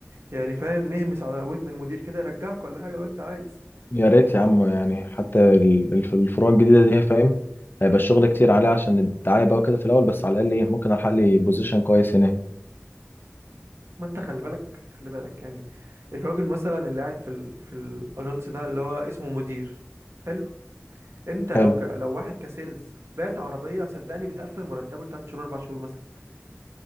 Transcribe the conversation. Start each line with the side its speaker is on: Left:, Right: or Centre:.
Right: يعني فاهم نهمس على ودن المدير كده يرجعك ولا حاجه لو انت عايز
Left: يا ريت يا عم يعني حتى ال- الف- الفروع الجديده دي فاهم هيبقى الشغل كتير عليه عشان الدعايه بقى وكده في الاول بس على الاقل ايه ممكن الحق لي بوزيشن كويس هناك
Right: ما انت خلي بالك خلي بالك يعني الراجل مثلا اللي قاعد في ال... في الاجانس ده اللي هو اسمه مدير حلو انت لو
Left: حلو
Right: ك... لو واحد كسيلز بعت عربيه صدقني بتقفل مرتبه لثلاث شهور اربع شهور مثلا